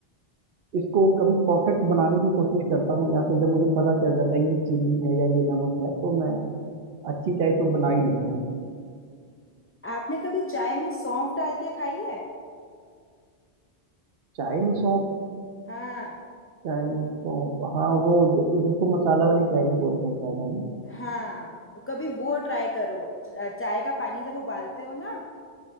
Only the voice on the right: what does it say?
इसको कभी परफेक्ट बनाने की कोशिश करता हूँ या फिर जब मुझे पता चल जाता है ये चीनी है या ये नमक है तो मैं अच्छी चाय तो बना ही लेता हूँ
चाय में सौंफ
चाय में सौंफ हाँ वो ज- जिसको मसाला वाली चाय भी बोलते हैं शायद है ना